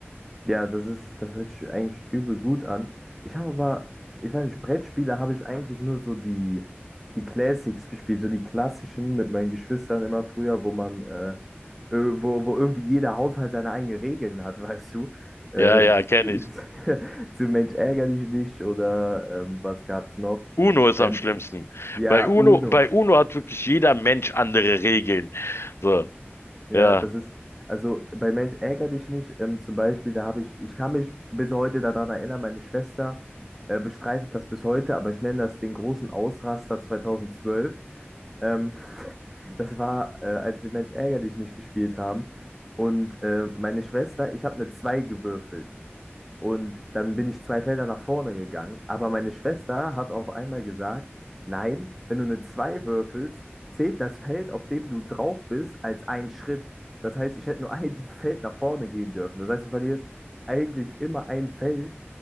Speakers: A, in the centre; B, on the left (about 70°).
A: Ja, das ist, das hört sich eigentlich übel gut an. Ich habe aber, ich weiß nicht, Brettspiele habe ich eigentlich nur so die, die Classics gespielt, so die klassischen mit meinen Geschwistern immer früher, wo man, äh, äh, wo, wo irgendwie jeder Haushalt seine eigenen Regeln hat, <laughs> weißt du? Äh,
B: Ja, ja, kenne
A: zu,
B: ich.
A: <laughs> zu Mensch ärgere dich nicht oder ähm, was gab's noch?
B: Uno ist
A: Ähm,
B: am schlimmsten.
A: ja,
B: Bei Uno,
A: Uno.
B: bei Uno hat wirklich jeder Mensch andere Regeln. So,
A: Ja,
B: ja.
A: das ist, also bei Mensch ärgere dich nicht. Ähm, zum Beispiel, da habe ich, ich kann mich bis heute daran erinnern, meine Schwester äh, bestreitet das bis heute, aber ich nenne das den großen Ausraster 2012. Ähm, <laughs> das war, äh, als wir Mensch ärgere dich nicht gespielt haben. Und äh, meine Schwester, ich habe eine 2 gewürfelt. Und dann bin ich zwei Felder nach vorne gegangen. Aber meine Schwester hat auf einmal gesagt, nein, wenn du eine 2 würfelst, zählt das Feld, auf dem du drauf bist, als ein Schritt. Das heißt, ich hätte nur ein <laughs> Feld nach vorne gehen dürfen. Das heißt, du verlierst eigentlich immer ein Feld,